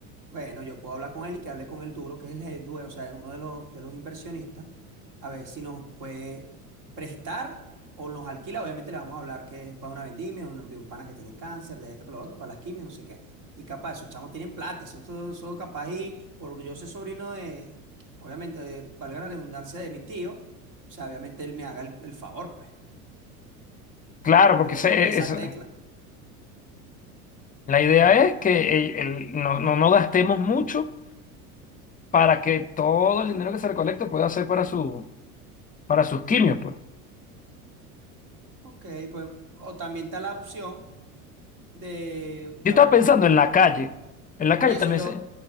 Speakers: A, on the right; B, on the left.
A: Bueno, yo puedo hablar con él y que hable con el duro, que es el head due- o sea, uno de los, de los inversionistas, a ver si nos puede prestar o nos alquila. Obviamente le vamos a hablar que es para una vendimia, un, de un pana que tiene cáncer, de esto que lo otro, para las quimios, no sé qué. Y capaz, esos chamos tienen plata, son, son, son capaz y por yo ser sobrino de, obviamente, eh, valga la redundancia de mi tío, o sea, obviamente él me haga el el favor, pues.
B: Claro,
A: Podría
B: porque se-
A: tocar esa
B: es-
A: tecla.
B: la idea es que el- el- no, no, no gastemos mucho para que todo el dinero que se recolecte pueda ser para su para sus quimios, pues.
A: Ok, pues, o también está la opción de, yo
B: Yo estaba
A: hablo
B: pensando
A: con,
B: en la calle. En la
A: por
B: calle
A: eso
B: también
A: yo,
B: se...